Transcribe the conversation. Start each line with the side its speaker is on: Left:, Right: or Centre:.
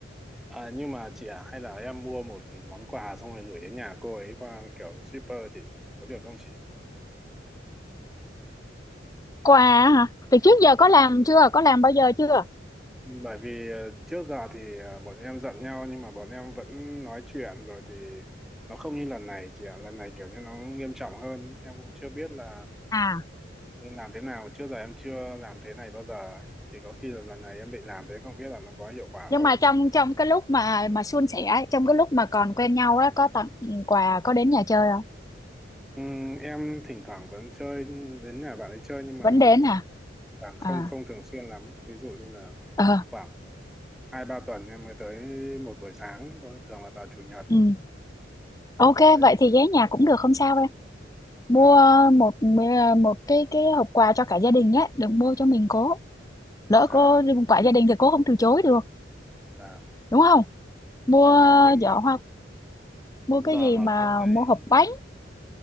Centre: à, nhưng mà chị à hay là em mua một món quà xong rồi gửi đến nhà cô ấy qua kiểu shipper chị nhỉ có được không chị
Left: quà hả từ trước giờ
Centre: Dạ
Left: có làm
Centre: vâng.
Left: chưa có làm bao giờ chưa
Centre: bởi vì ờ, trước giờ thì ờ, bọn em giận nhau nhưng mà bọn em vẫn nói chuyện rồi thì nó không như lần này chị ạ lần này kiểu như nó nghiêm trọng hơn ý. em cũng chưa biết là
Left: à
Centre: nên làm thế nào trước giờ em chưa làm thế này bao giờ ấy. thì có khi là lần này em định làm thế không biết là nó có hiệu quả
Left: nhưng
Centre: không
Left: mà trong trong cái lúc mà mà suôn sẻ ấy, trong cái lúc mà còn quen nhau á có tặng quà có đến nhà chơi không
Centre: Ừm, em thỉnh thoảng vẫn chơi đến nhà bạn ấy chơi nhưng mà
Left: vẫn đến hả
Centre: bạn không
Left: à
Centre: không thường xuyên lắm. Ví dụ như là
Left: ờ
Centre: khoảng hai ba tuần em mới tới một buổi sáng thôi, thường là vào chủ nhật.
Left: ừ. ok
Centre: Bởi
Left: vậy
Centre: vì
Left: thì ghé nhà cũng được không sao em
Centre: và
Left: mua một một cái cái hộp quà cho cả gia đình nhé đừng mua cho mình cố lỡ
Centre: à
Left: cô quả gia đình thì cô không từ chối được
Centre: và
Left: đúng không mua
Centre: và và những
Left: giỏ hoa mua
Centre: giờ
Left: cái gì
Centre: mà
Left: mà
Centre: cô đấy
Left: mua hộp bánh